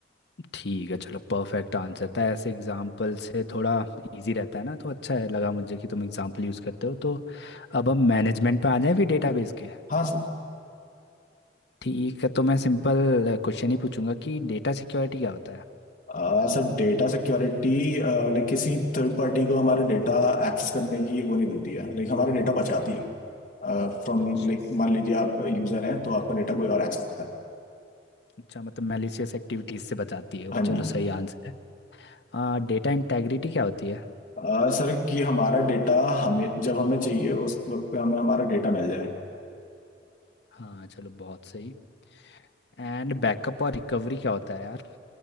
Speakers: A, on the left (about 70°); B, on the left (about 45°).
A: ठीक है चलो परफेक्ट आंसर था ऐसे एग्जाम्पल से थोड़ा इजी रहता है ना तो अच्छा है लगा मुझे कि तुम एग्जाम्पल यूज़ करते हो तो अब हम मैनेजमेंट पे आ जाएं फिर डेटाबेस के
B: हाँ sir
A: ठीक है तो मैं सिंपल क्वेश्चन ही पूछूंगा कि डेटा सिक्योरिटी क्या होता है
B: आ, Sir data security like किसी थर्ड पार्टी को हमारा डेटा एक्सेस करने की वो नहीं देती है लाइक हमारा डेटा बचाती है फ्रॉम
A: अच्छा
B: लाइक
A: स-
B: मान लीजिए आप यूजर हैं तो आपका डेटा कोई और एक्सेस ना कर पाए
A: अच्छा मतलब मैलिशियस एक्टिविटीज़ से बचाती है वो
B: हाँ जी
A: चलो सही आंसर है हाँ डेटा इंटेग्रिटी क्या होती है
B: आ, सर कि हमारा डेटा हमें जब हमें चाहिए उस वक्त पे हमें हमारा डेटा मिल जाए
A: हाँ चलो बहुत सही एंड बैकअप और रिकवरी क्या होता है यार